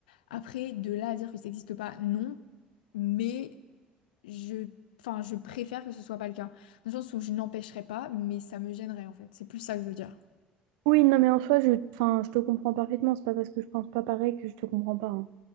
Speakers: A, on the left (about 75°); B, on the right (about 65°).
A: Après, de là à dire que ça n'existe pas, non. Mais je... Enfin, je préfère que ce soit pas le cas. Dans le sens où je n'empêcherai pas, mais ça me gênerait, en fait. C'est plus ça que je veux dire.
B: Oui, non, mais en soi, je, enfin, je te comprends parfaitement. C'est pas parce que je pense pas pareil que je te comprends pas. hein.